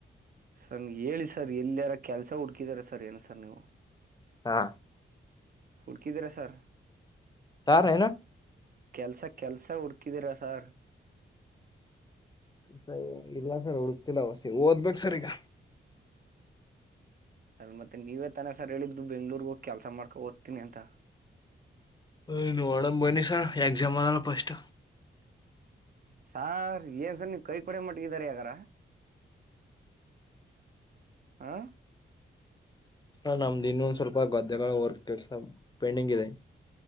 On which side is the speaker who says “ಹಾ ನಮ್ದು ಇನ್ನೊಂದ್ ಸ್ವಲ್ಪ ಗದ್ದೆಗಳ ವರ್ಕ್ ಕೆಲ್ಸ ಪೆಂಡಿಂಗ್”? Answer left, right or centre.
Left